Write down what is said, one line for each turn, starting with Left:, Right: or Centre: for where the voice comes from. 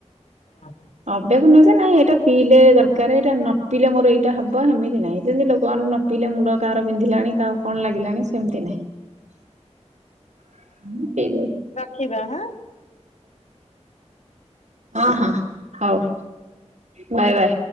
Left: ଓହୋ।
Right: ଅଭ୍ୟାସ ନୁହେଁ ଯେ ନାଇଁ ଏଇଟା ପିଇଲେ ଦରକାରେ ଏଇଟା ନ ପିଇଲେ ମୋର ଏଇଟା ହବ ହେମିତି ନାହିଁ। ଯେମିତି ଲୋକମାନେ ର ନ ପିଇଲେ ମୁଣ୍ଡ କାହାର ବିନ୍ଧିଲାଣି କାହାକୁ କଣ ଲାଗିଲାଣି ସେମିତି ନାହିଁ।
Left: ଖିବା ହଁ।
Right: ହଁ ହଁ ହଉ ବାଏ ବାଏ।